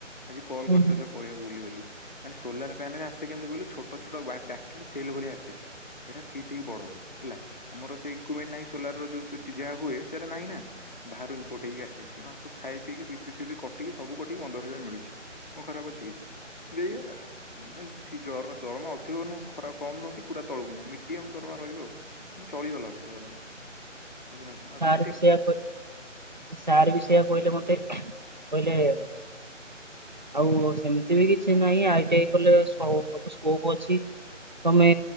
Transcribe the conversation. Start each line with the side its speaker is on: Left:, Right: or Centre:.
Left: ଆଜି କଲ୍
Right: ହୁଁ
Left: କରିଥିଲେ
Right: ହୁଁ।
Left: ତାକୁ ତାକୁ କହିବାକୁ ଭୁଲି ଗଲି। ମାନେ ସୋଲାର ପ୍ୟାନେଲ ଆସେ କେମତି କହିଲୁ ଛୋଟ ଛୋଟ ୱା ବ୍ୟାଟ୍ରୀ ସେଲ୍ ଭଳିଆ ଆସେ। ସେରା ଫିଟ୍ ହେଇକି ବଡ ହୁଏ ହେଲା ଆମର ଇକୁମେଣ୍ଟ ନାହିଁ ସୋଲାରର ଯୋଉ ଠୁଠୁ ଯାହା ହୁଏ ସେରା ନାହିଁ ନା ଭାରୁ ଇନପୋର୍ଟ ହେଇକି ଆସେ ସେ ସେମାନେ ସବୁ ଖାଇ ପିକି ବି ପି ଫି କଟିକି ସୁବୁ କଟିକି ପନ୍ଦର ହଜାର ମିଳୁଛି। କଁ ଖରାପ ଅଛି କି? ଦେଇଏଲା ଏଇ ଜର ଦମ ଅଧିକ ନୁହଁ ଖରା କମ ନୁହଁ କି ପୁରା ତଳକୁ ନୁହଁ ମିଡିୟମ ଦରମା ହଁ ରହିବ ଆଉ ଚଳିଗଲା ଭଳିଆ ଦରମା ବୁଝିଲ କି ଆଉ ବି
Right: ସେୟା କହି ସାର୍ ବି ସେୟା କହିଲେ ମତେ କହିଲେ
Left: ହୁଁ
Right: ଆଉ ସେମିତି ବି କିଛି ନାହିଁ ଆଇ ଟି ଆଇ କଲେ ସବ୍ ସବୁ ସ୍କୋପ ଅଛି। ତମେ